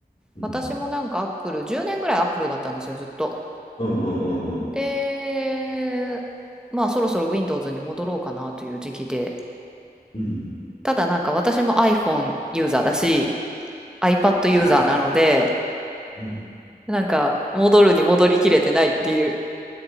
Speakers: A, on the left (about 40°); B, in the centre.
A: うん、
B: 私もなんかアップル、10年ぐらいアップルだったんですよ、ずっと。
A: うんうんうん
B: で、まあ、そろそろ Windows に戻ろうかなという時期で。
A: うん。
B: ただなんか私も iPhone ユーザーだし、iPad ユーザーなので、
A: ああ、うん。
B: なんか戻るに戻りきれてないっていう。